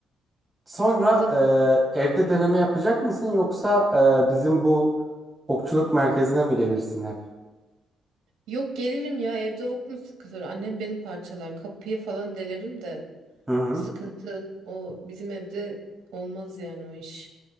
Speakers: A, on the right; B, on the right.
A: Sonra
B: Anladım.
A: e, evde deneme yapacak mısın yoksa e, bizim bu okçuluk merkezine mi gelirsin hep?
B: Yok gelirim ya evde ok mu sıkılır? Annem beni parçalar. Kapıyı falan delerim de
A: Hı hı.
B: sıkıntı. O bizim evde olmaz yani o iş.